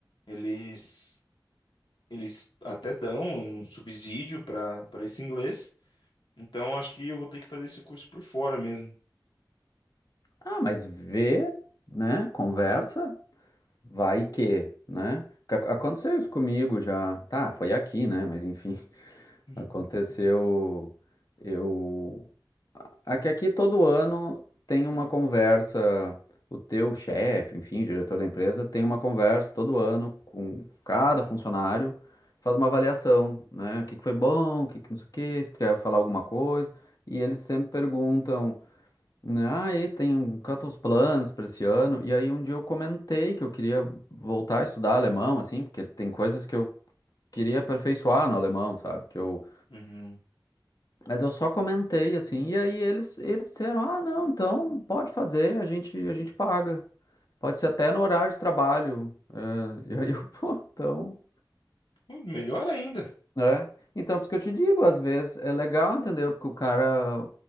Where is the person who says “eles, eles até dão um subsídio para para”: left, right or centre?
Left